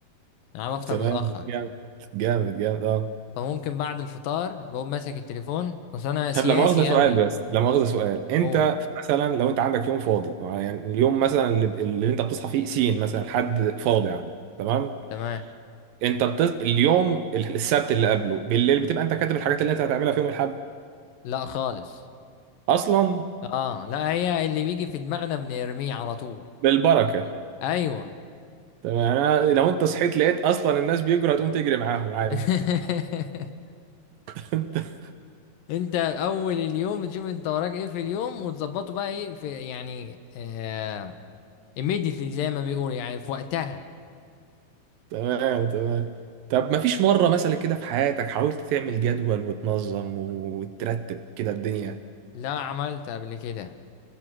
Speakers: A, on the left; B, on the right.
A: يعني انا بفطر
B: تمام
A: متأخر
B: جامد جامد جامد اه
A: فممكن بعد الفطار بقوم ماسك التليفون بس انا سياسي
B: طب لا مؤاخذة سؤال
A: قوي
B: بس لا مؤاخذة سؤال انت
A: هو
B: مثلا لو انت عندك يوم فاضي يعني اليوم مثلا اللي, اللي انت بتصحى فيه سين مثلا حد فاضي يعني تمام
A: تمام
B: انت بت... اليوم ال- السبت اللي قبله بالليل بتبقى انت كاتب الحاجات اللي انت هتعملها في يوم الاحد
A: لا خالص
B: اصلا
A: اه لا هي اللي بيجي في دماغنا بنرميه على طول
B: بالبركه
A: ايوه
B: تمام يعني أنا لو انت صحيت لقيت اصلا الناس بيجروا هتقوم تجري معاهم عادي
A: <laughs>
B: <laughs>
A: انت اول اليوم بتشوف انت وراك ايه في اليوم وتظبطه بقى ايه في يعني آه immediately زي ما بيقول يعني في وقتها
B: تمام تمام طب ما فيش مره مثلا كده في حياتك حاولت تعمل جدول وتنظم وترتب كده الدنيا
A: لا عملت قبل كده